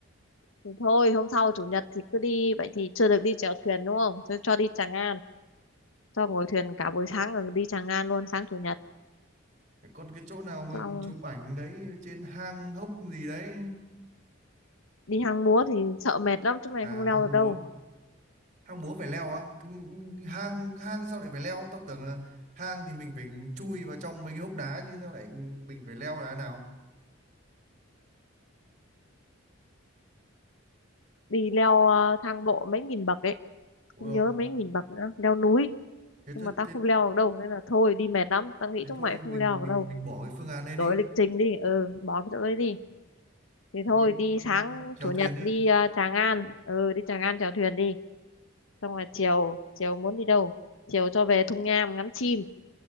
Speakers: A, on the left; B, on the right.
A: thì thôi hôm sau chủ nhật thì cứ đi vậy thì chưa được đi chèo thuyền đúng không cho, cho đi Tràng An cho ngồi thuyền cả buổi sáng rồi đi Tràng An luôn sáng chủ nhật
B: còn cái chỗ nào mà
A: xong
B: chụp ảnh đấy trên hang hốc gì đấy?
A: đi hang múa thì sợ mệt lắm chỗ này
B: À,
A: không leo
B: hang
A: được
B: múa
A: đâu
B: hang múa phải leo á Ừ, hang hang sao lại phải leo tao tưởng là hang thì mình phải chui vào trong mấy cái hốc đá chứ sao lại mình phải leo là thế nào
A: đi leo ờ, thang bộ mấy nghìn bậc ấy
B: ôi
A: không
B: rồi,
A: nhớ mấy nghìn bậc nữa leo núi
B: thế,
A: nhưng
B: thế,
A: mà tao
B: thế,
A: không leo được đâu nên là thôi đi mệt lắm tao nghĩ
B: thế
A: chúng
B: thôi
A: mày không
B: mình
A: leo được
B: mình
A: đâu
B: mình bỏ cái phương án này
A: đổi
B: đi
A: lịch trình đi ừ bỏ cái chỗ đấy đi thì
B: Mình
A: thôi
B: đi
A: đi sáng
B: chèo
A: chủ
B: thuyền
A: nhật
B: đi
A: đi ờ, Tràng An ừ đi Tràng An chèo thuyền đi xong rồi chiều chiều muốn đi đâu chiều cho về Thung Nham ngắm chim